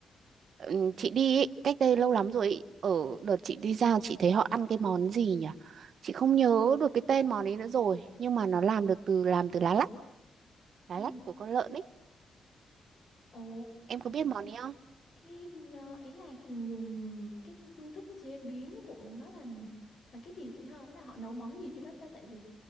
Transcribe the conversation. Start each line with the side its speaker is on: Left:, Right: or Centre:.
Right: ừ, chị đi ấy, cách đây lâu lắm rồi ấy, ở đợt chị đi ra chị thấy họ ăn cái món gì nhỉ? Chị không nhớ được cái tên món ấy nữa rồi, nhưng mà nó làm được từ làm từ lá lách, lá
Left: Ừ.
Right: lách của con lợn ấy.
Left: Ồ,
Right: Em có biết món ấy
Left: cái nó- ý là dùng cái phương thức chế biến của nó làm là cái gì chị hả? Ý là họ nấu món gì với đó ta tại vì